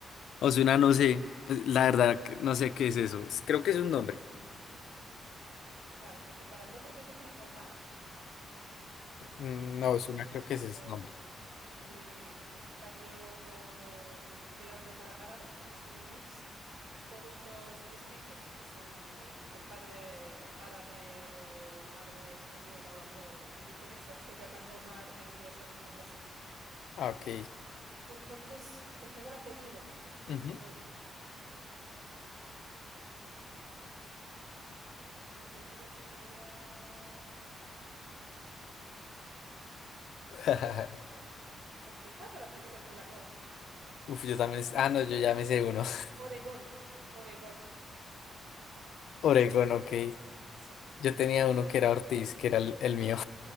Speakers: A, on the left (about 75°); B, on the right (about 60°).
A: Ozuna,
B: ujú,
A: no sé. La verdad, no sé qué es eso. Creo que es un nombre.
B: Vale, porque para el nombre yo tenía Omar.
A: Mm,
B: Omar
A: No, es
B: es
A: una,
B: un
A: creo
B: nombre
A: que ese es el nombre.
B: muy español tirando para árabe, es un mix. Todos los mestizos que son de, de padre árabe o madre española o, algo- y viceversa se llaman Omar, Elías, as- algo así.
A: Ah, ok.
B: Entonces, me queda el apellido. Eh,
A: Ujú.
B: el apellido sería...
A: <laughs>
B: Complicado el apellido con la O.
A: Uf, yo también. es- Ah, no, yo ya me sé uno. <laughs>
B: Oregón. Oregón.
A: Oregón, ok.
B: Sí.
A: Yo tenía uno que era Ortiz, que era el, el mío.